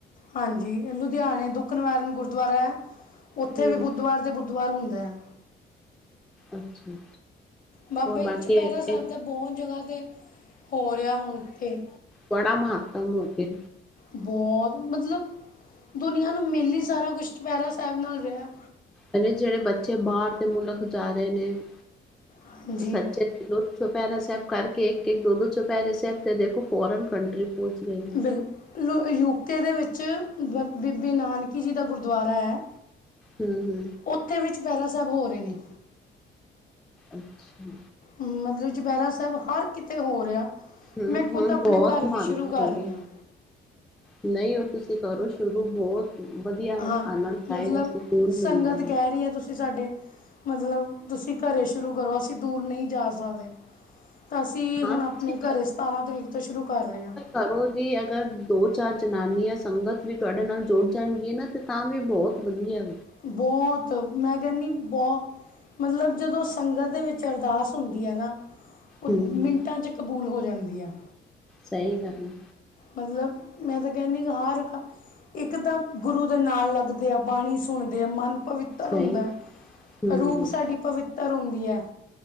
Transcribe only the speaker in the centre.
ਹੂੰ
ਅੱਛਾ
ਔਰ
ਬਾਕੀ
ਇਹ
ਬੜਾ ਮਹੱਤਮ ਹੋ ਕੇ।
ਕੇ ਜਿਹੜੇ ਬੱਚੇ ਬਾਹਰ ਦੇ ਮੁਲਕ ਜਾ ਰਹੇ ਨੇ
ਸੱਚੇ ਦਿਲੋ। ਚੁਪਹਿਰਾ ਸਾਹਿਬ ਕਰਕੇ ਇੱਕ ਇੱਕ ਦੋ ਦੋ ਚੁਪਹਿਰੇ ਸਾਹਿਬ ਤੇ ਦੇਖੋ ਫੋਰਨ ਕੰਟਰੀ ਪਹੁੰਚ ਰਹੇ।
ਹੂ ਹੂ।
ਅੱਛਾ।
ਹੂੰ
ਹੁਣ
ਬਹੁਤ
ਮਹਾਨਤਾ
ਹੋ
ਗਈ
ਨਹੀਂ, ਉਹ ਤੁਸੀਂ ਕਰੋ ਸ਼ੁਰੂ ਹੋਰ। ਵਧੀਆ।
ਆਨੰਦ
ਆਏਗਾ ਸਕੂਨ
ਮਿਲਦਾ ਵੇ
ਹਾਂ
ਤੁਸੀਂ
ਘਰੋਂ ਦੀ ਅਗਰ ਦੋ ਚਾਰ ਜਨਾਨੀਆਂ, ਸੰਗਤ ਵੀ ਤੁਹਾਡੇ ਨਾਲ ਜੁੜ ਜਾਣਗੀਆ ਨਾ ਤੇ। ਤਾਂ ਵੀ, ਬਹੁਤ ਵਧੀਆ।
ਹੂੰ
ਸਹੀ ਗੱਲ।
ਸਹੀ
ਹੂੰ